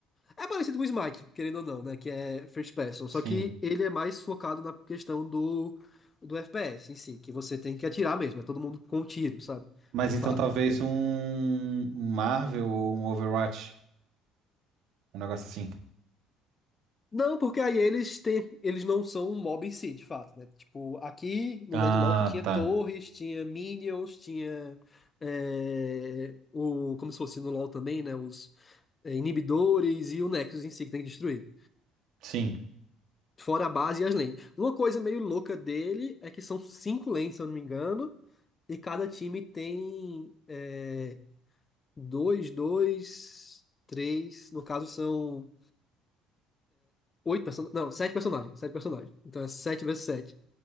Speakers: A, on the left; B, on the right.
A: É parecido com o Smite, querendo ou não, né? Que é first person. Só
B: Sim.
A: que ele é mais focado na questão do, do FPS em si, que você tem que atirar mesmo. É todo mundo com um tiro, sabe?
B: Mas
A: De
B: então
A: fato.
B: talvez um um Marvel ou um Overwatch, um negócio assim.
A: Não, porque aí eles têm, eles não são um mob em si, de fato, né? Tipo, aqui no
B: Ah,
A: Deadlock tinha
B: tá.
A: torres, tinha minions, tinha é, o, como se fosse no LoL também, né? Os é, inibidores e o Nexus em si que tem que destruir.
B: Sim.
A: Fora a base e as lanes. Uma coisa meio louca dele é que são cinco lanes, se eu não me engano. E cada time tem é, dois, dois, três. No caso, são oito personagens. Não, sete personagens. Sete personagens. Então é sete vezes sete.